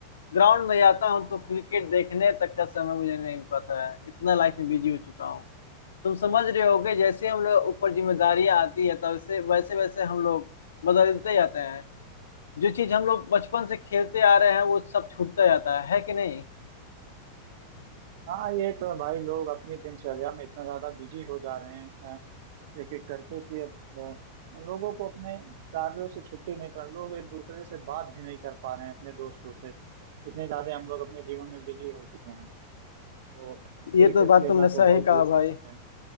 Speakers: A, on the left; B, on the right.
A: ग्राउंड में जाता हूँ तो क्रिकेट देखने तक का समय मुझे नहीं पता है इतना लाइफ में बिजी हो चुका हूँ तुम समझ रहे होगे जैसे हम लोग ऊपर जिम्मेदारियां आती है तब से वैसे वैसे हम लोग बदलते जाते हैं जो चीज हम लोग बचपन से खेलते आ रहे हैं वो सब छूटता जाता है है कि नहीं
B: हाँ ये तो है भाई लोग अपनी दिनचर्या में इतना ज्यादा बिजी हो जा रहे हैं एक एक करके कि अब अ, लोगों को अपने कार्यों से छुट्टी नहीं पा लोग एक दूसरे से बात भी नहीं कर पा रहे हैं अपने दोस्तों से इतने ज्यादा हम लोग अपने जीवन में बिजी हो चुके हैं तो क्रिकेट
A: ये तो बात
B: खेलना
A: तुमने सही
B: तो बहुत
A: कहा
B: दूर
A: भाई
B: की बात है